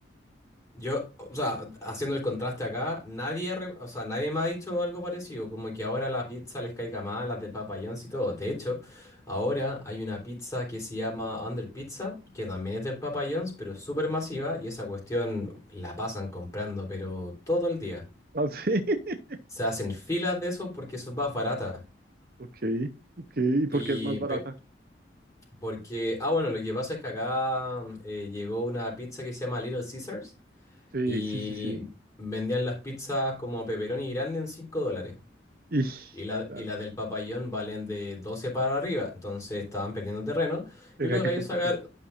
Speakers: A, on the left; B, on the right.
A: Yo, o sea, haciendo el contraste acá, nadie, re- o sea, nadie me ha dicho algo parecido, como que ahora la pizza les caiga mal, las del Papa John's y todo. De hecho, ahora hay una pizza que se llama Under Pizza, que también es del Papa John's, pero es súper masiva y esa cuestión la pasan comprando, pero todo el día.
B: Ah, sí. <laughs>
A: Se hacen filas de eso porque eso es más barata.
B: Ok, ok. ¿Y por
A: Y
B: qué es más barata?
A: pe- porque, ah, bueno, lo que pasa es que acá mm, eh, llegó una pizza que se llama Little Caesars
B: Sí,
A: Y
B: sí, sí, sí.
A: vendían las pizzas como pepperoni grande en cinco dólares
B: Y,
A: y la,
B: claro,
A: y la del Papayón valen de 12 para arriba, entonces estaban perdiendo terreno.
B: tenía
A: Y los
B: que
A: gallos
B: computar.
A: sacaron,